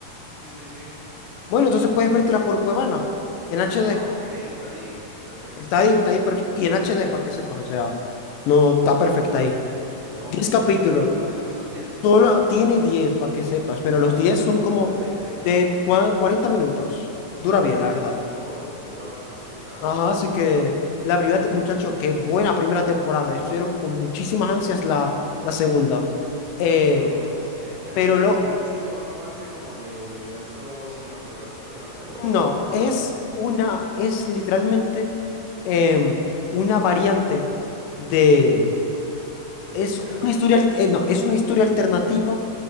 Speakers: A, on the right; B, on the left.
A: Sí, sí, sí.
B: Bueno, entonces puedes vértela por Cuevana, en HD.
A: Ah, ok, está ahí. Perfecto,
B: Está
A: perfecto.
B: ahí, está ahí perfecto. Y en HD, para que sepas, o sea, no, está perfecta ahí.
A: No,
B: 10
A: genial.
B: capítulos.
A: ¿Cuántos capítulos son? 10.
B: Solo tiene 10 para que sepas, pero
A: ¿Cada
B: los 10
A: uno de
B: son
A: cuánto?
B: como
A: ¿De veinte.
B: de cua- 40 minutos. Dura
A: Ah, ok.
B: bien, la verdad.
A: Oh, dura bastante, claro.
B: Ajá, así que la primera, te- muchacho, qué buena primera temporada. Estuvieron con muchísimas ansias la, la segunda. Eh,
A: No, es que genial.
B: pero
A: ¿Y al
B: lo,
A: final sí forma parte como del universo cinematográfico de Marvel o,
B: no,
A: o esa
B: es
A: parte
B: una, es literalmente em, una variante de,
A: de
B: es
A: Peter?
B: una historia, al- eh, no, es una historia alternativa